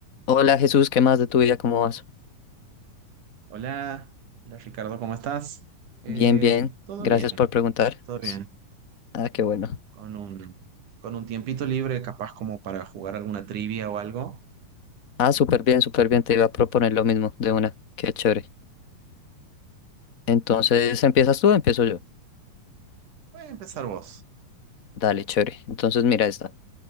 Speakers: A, on the left; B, on the right.
A: Hola Jesús, ¿qué más de tu vida? ¿Cómo vas?
B: Hola, hola Ricardo, ¿cómo estás? Eh,
A: Bien, bien.
B: todo
A: Gracias
B: bien,
A: por preguntar.
B: todo bien.
A: S- Ah, qué bueno.
B: Con un, con un tiempito libre, capaz como para jugar alguna trivia o algo.
A: Ah, súper bien, súper bien. Te iba a proponer lo mismo de una. Qué chévere. Entonces,
B: Bien.
A: ¿empiezas tú o empiezo yo?
B: Voy a empezar vos.
A: Dale, chévere. Entonces, mira esta.